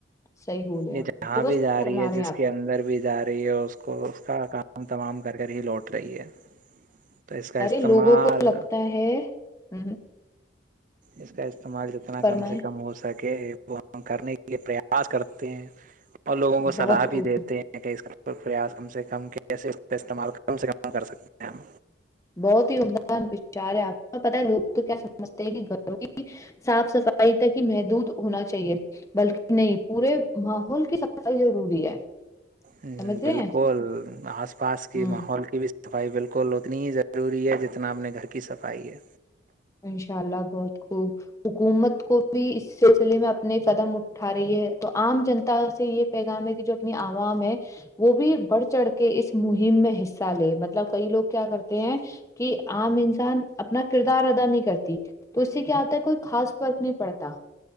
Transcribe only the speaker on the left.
صحیح بولے
آپ
درست
فرما
رہے ہیں
آپ
ارے
لوگوں کو لگتا ہے ہ
فرمائیں
بہت
خوب
بہت ہی عدہ س پچاار ہے آپ کو پتا لوگ تو کیا سمجتے ہیں کہ گوں کی صاف صفائی تک ہی محدود ہونا چاہیے بلکہ نہیں پورے ماحول کی صفائی ضروری ہے
سمجھ رہے
ہیں
ہوں
انشاء اللہ بہت خوب حکومت کو بھی اس سلسلے میں اپنے قدم اٹھا رہی ہے تو عام جن سے یہ پیغام ہے کہ جو اپنی عوام ہے وہ بھی بڑھ چڑھ کر کے اس مہم میں حصہ لے مطلب کئی لوگ کیا کرتے ہیں کہ عام انسان اپنا کردار ادا نہیں کرتی تو اس سے کیا آتا ہے کوئی خاص فرق نہیں پڑتا